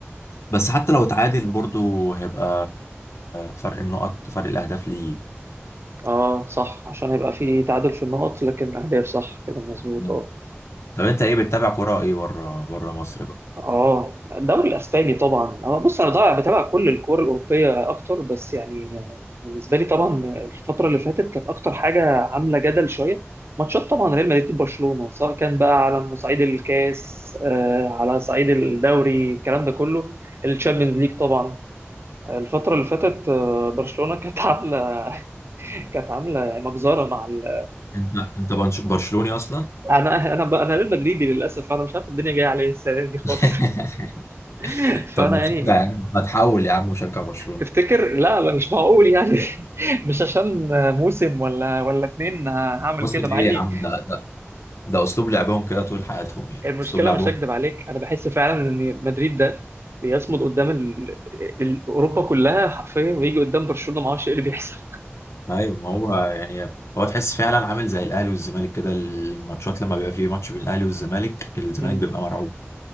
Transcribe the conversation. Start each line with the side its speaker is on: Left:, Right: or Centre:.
Left: بس حتى لو اتعادل برضو هيبقى فرق النقط فرق الاهداف ليه
Right: اه صح عشان هيبقى فيه تعادل في النقط لكن أهداف صح كده مظبوط
Left: مم.
Right: اه
Left: طب انت ايه بتتابع كرة ايه بره بره مصر بقى
Right: اه الدوري الاسباني طبعا اه بص انا ضايع بتابع كل الكوره الاوروبيه اكتر بس يعني بالنسبه لي طبعا الفتره اللي فاتت كانت اكتر حاجه عامله جدل شويه ماتشات طبعا ريال مدريد وبرشلونه سواء كان بقى على صعيد الكاس آه على صعيد الدوري الكلام ده كله الشامبيونز ليج طبعا آه، الفتره اللي فاتت آه برشلونه كانت <laughs> عامله كانت عامله مجزره مع ال...
Left: انت انت بنش- برشلوني اصلا
Right: انا انا ب... انا ريال مدريدي للاسف انا مش عارف الدنيا جايه عليا السنه دي خالص
Left: <laughs>
Right: <laughs> فانا
Left: طب ما تشجع
Right: يعني
Left: يا عم ما تحول يا عم وشجع برشلونة
Right: تفتكر لا مش معقول يعني <laughs> مش عشان موسم ولا ولا اتنين هعمل
Left: مسلم
Right: كده
Left: ايه
Right: مع اني
Left: يا عم ده ده اسلوب لعبهم كده طول حياتهم يعني
Right: المشكله
Left: اسلوب لعبهم
Right: مش هكدب عليك انا بحس فعلا ان مدريد ده بيصمد قدام ال... ال... اوروبا كلها حرفيا ويجي قدام برشلونه ما اعرفش ايه اللي بيحصل
Left: ايوه ما هو يعني هو تحس فعلا عامل زي الاهلي والزمالك كده الماتشات لما بيبقى فيه ماتش بين الاهلي والزمالك الزمالك
Right: مم.
Left: بيبقى مرعوب